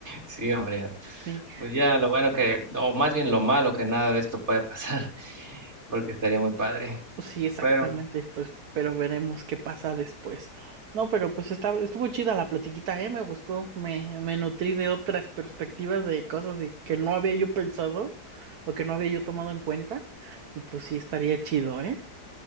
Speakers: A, on the right; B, on the right.
A: Sí, hombre.
B: Sí,
A: Pues ya lo bueno que, o más bien lo malo que nada de esto puede pasar, <laughs> porque estaría muy padre.
B: Sí, exactamente,
A: Pero
B: pues, pero veremos qué pasa después. No, pero pues está, estuvo chida la platiquita, eh, me gustó, me, me nutrí de otras perspectivas de cosas de que no había yo pensado o que no había yo tomado en cuenta, y pues sí estaría chido, ¿eh?